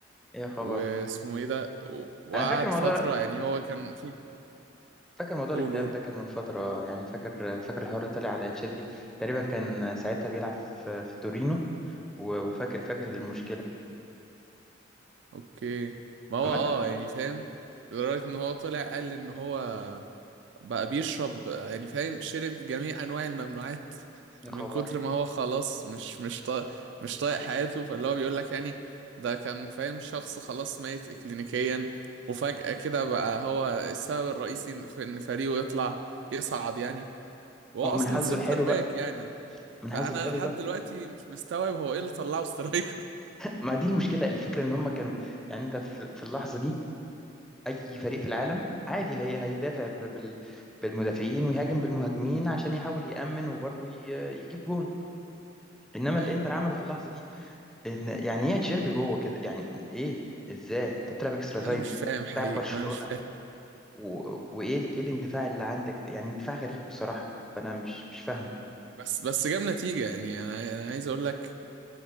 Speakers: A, in the centre; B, on the right.
A: إيه يا خبر
B: واسمه ايه ده و- وقعد
A: انا فاكر موضوع
B: فترة يعني هو كان في
A: فاكر موضوع
B: قول
A: الاكتئاب
B: قول
A: ده كان من فترة يعني فاكر فاكر الحوار اللي طلع على تشيلبي تقريبا كان ساعتها بيلعب في في تورينو و- وفاكر فاكر المشكلة
B: اوكي ما هو
A: عامة
B: اه يعني فاهم لدرجة ان هو طلع قال ان هو بقى بيشرب يعني فاهم شرب جميع انواع الممنوعات
A: يا
B: من
A: خبر
B: كتر ما هو خلاص مش مش طايق مش طايق حياته فاللي هو بيقول لك يعني ده كان فاهم شخص خلاص ميت اكلينيكيا وفجأة كده بقى هو السبب الرئيسي في ان فريقه يطلع يصعد يعني وهو
A: هو
B: اصلا
A: من حظه
B: سنتر
A: الحلو
B: باك
A: بقى
B: يعني
A: من
B: فانا
A: حظه الحلو
B: لحد
A: بقى
B: دلوقتي مش مستوعب هو ايه اللي طلعه سترايكر
A: ما دي المشكله الفكره ان هم كانوا يعني انت في في اللحظه دي اي فريق في العالم عادي هي هيدافع ب- بال بالمدافعين ويهاجم بالمهاجمين عشان يحاول يأمن وبرضه ي- يجيب جون انما اللي
B: ايوه
A: انتر عمله في اللحظه دي ان يعني ايه تشيربي جوه كده يعني ايه ازاي انت بتلعب اكسترا
B: انا
A: تايم
B: مش فاهم حقيقي
A: بتلعب برشلونه
B: انا مش فاهم
A: و... وايه ال- ايه الاندفاع اللي عندك ده؟ يعني اندفاع غريب بصراحه فانا مش مش فاهمه
B: بس بس جاب نتيجة يعني انا انا عايز اقول لك